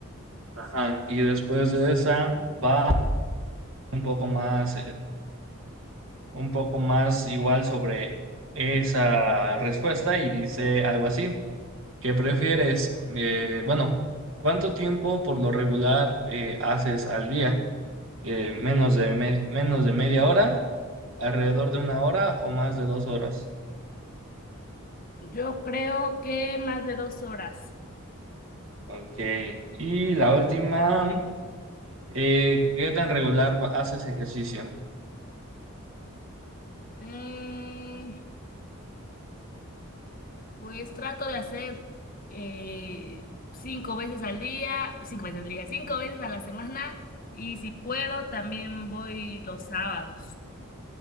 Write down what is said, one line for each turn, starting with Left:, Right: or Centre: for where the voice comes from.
Right: Ajá. Y después de esa va un poco más, eh, un poco más igual sobre esa respuesta y dice algo así. ¿Qué prefieres? Eh, bueno, ¿cuánto tiempo por lo regular eh, haces al día? Eh, menos de me- menos de media hora alrededor de una hora o más de dos horas.
Left: Yo creo que más de dos horas.
Right: Ok. Y la última, eh, ¿qué tan regular va- haces ejercicio?
Left: Eh, pues trato de hacer eh, cinco veces al día, cinco veces al día, cinco veces a la semana y si puedo también voy los sábados.